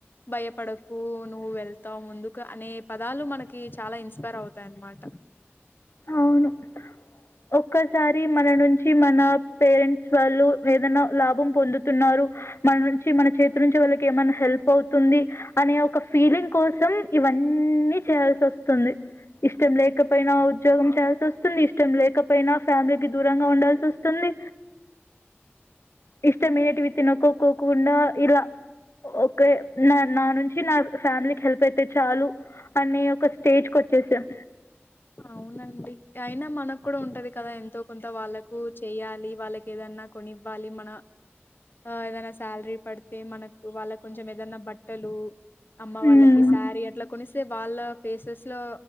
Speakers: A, on the left; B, on the left.
A: భయపడకు నువ్వు వెళ్తావు ముందుకు అనే పదాలు మనకి చాలా ఇన్స్పైర్ అవుతాయ్ అన్నమాట
B: అవును ఒక్కసారి మన నుంచి మన పేరెంట్స్ వాళ్ళు ఏదైనా లాభం పొందుతున్నారు మన నుంచి మన చేతి నుంచి వాళ్ళకి ఏమైన్నా హెల్ప్ హెల్ప్ అవుతుంది అనే ఒక ఫీలింగ్ కోసం ఇవ్వన్నీ చేయాల్సి వస్తుంది. ఇష్టం లేకపోయినా ఉద్యోగం చేయాల్సి వస్తుంది. ఇష్టం లేకపోయినా ఫ్యామిలీకి దూరంగా ఉండాల్సి వస్తుంది. ఇష్టమైనటివి తినకోక్కకుండా ఇలా ఓకే నా నా నుంచి నా ఫ్యామిలీకి హెల్ప్ అయితే చాలు అని ఒక స్టేజ్ కి వచ్చేసాం
A: అవునండి అయినా మనకు కూడా ఉంటది కదా ఎంతో కొంత వాళ్ళకు చెయాలి వాళ్ళకి ఏదన్నా కొనివ్వాలి మన ఆ ఏదైనా సాలరీ పడితే మనకు వాళ్ళ కొంచెం ఏదన్నా బట్టలు అమ్మ
B: హ్మ్.
A: వాళ్ళకి శారీ అట్లా కొనిస్తే వాళ్ళ ఫేసెస్ లో